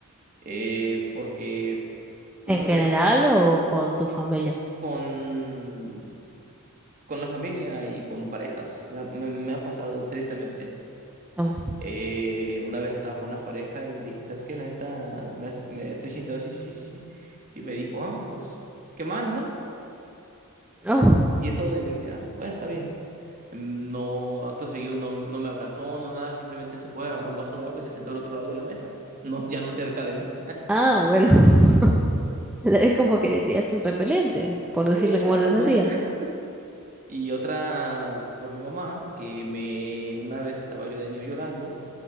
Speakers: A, on the right; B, in the centre.
A: eh, porque una
B: ¿En general
A: vez
B: o con tu familia?
A: con con la familia y con parejas. Me ha, me- me ha pasado tristemente.
B: Ah,
A: Eh, una vez estaba con una pareja y dije, ¿sabes qué? La neta, me, hace- me estoy sintiendo así, sí, sí, sí, sí. Y me dijo, ah, pues, qué mal, ¿no?
B: Oh,
A: Y todo, y me dije, "Ah, bueno, está bien. Mm, No, acto seguido, no, no me abrazó, no nada, simplemente se fue, agarró un vaso de agua y se sentó al otro lado de la mesa. No, <laughs> ya no cerca de mí.
B: ah, bueno. <laughs> Es como que te tiras un repelente, por decirle
A: Y
B: cómo
A: haz
B: te
A: de
B: sentías.
A: cuenta. <laughs> Y otra por mi mamá, que me, una vez estaba yo de niño llorando